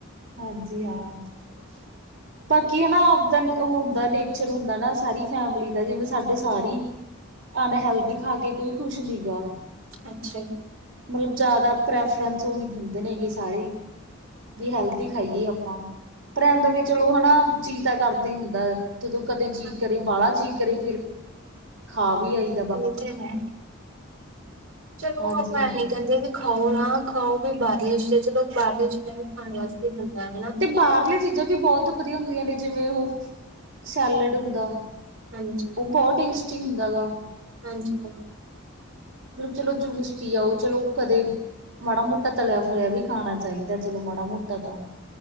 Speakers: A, on the right; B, on the right.
A: ਹਾਂਜੀ ਹਾਂ।
B: ਫਰੂਟਸ।
A: ਬਾਕੀ ਹਨਾ ਆਪਦਾ, ਉਹ ਹੁੰਦਾ ਨੇਚਰ ਹੁੰਦਾ ਨਾ, ਸਾਰੀ ਫੈਮਲੀ ਦਾ, ਜਿਵੇਂ ਸਾਡੇ ਸਾਰੀ। ਅਣ ਹੈਲਦੀ ਖਾ ਕੇ ਕੋਈ ਖੁਸ਼ ਨੀ ਗਾ।
B: ਅੱਛਾ ਜੀ।
A: ਮਤਲਬ ਜ਼ਿਆਦਾ ਪ੍ਰੈਫਰੈਂਸ ਉਹੀ ਦਿੰਦੇ ਨੇ ਗੇ ਸਾਰੇ ਹੀ। ਵੀ ਹੈਲਦੀ ਖਾਈਏ ਆਪਾਂ, ਪਰ ਇਹ ਹੁੰਦਾ ਵੀ ਚਲੋ ਹਨਾ ਜੀ ਤਾਂ ਕਰਦੇ ਹੀ ਹੁੰਦਾ। ਜਦੋਂ ਕਦੇ ਜੀਅ
B: ਹਾਂਜੀ
A: ਕਰੇ, ਬਾਹਲਾ ਜੀਅ ਕਰੇ ਫਿਰ ਖਾ ਵੀ ਆਈਦਾ।
B: ਇਹ ਤੇ ਹੈ ਚਲੋ
A: ਹਾਂਜੀ
B: ਆਪਾਂ
A: ਹਾਂ
B: ਐ ਨਹੀਂ ਕਹਿੰਦੇ ਵੀ। ਖਾਓ ਨਾ ਖਾਓ ਵੀ ਬਾਹਰਲੀਆਂ ਚੀਜ਼ਾਂ ਚਲੋ ਬਾਹਰਲੀਆਂ ਚੀਜ਼ਾਂ ਵੀ ਖਾਣ ਵਾਸਤੇ ਬਣਿਆ ਨੇ ਨਾ।
A: ਨਹੀਂ ਬਾਹਰਲੀਆਂ ਚੀਜ਼ਾਂ ਵੀ ਬਹੁਤ ਵਧੀਆ ਹੁੰਦੀਆਂ ਨੇ, ਜਿਵੇਂ ਉਹ ਸੈਲਡ ਹੁੰਦਾ।
B: ਹਾਂਜੀ।
A: ਉਹ ਬਹੁਤ ਟੇਸਟੀ ਹੁੰਦਾ ਗਾ।
B: ਹਾਂਜੀ ਹਾਂਜੀ।
A: ਮਤਲਬ ਚਲੋ ਜੂਸ ਪੀ ਆਓ। ਚਲੋ ਕਦੇ। ਮਾੜਾ ਮੋਟਾ ਤਲਿਆ ਫਲਿਆ ਵੀ ਖਾਣਾ ਚਾਹੀਦਾ, ਚਲੋ ਮਾੜਾ ਮੋਟਾ ਤਾਂ।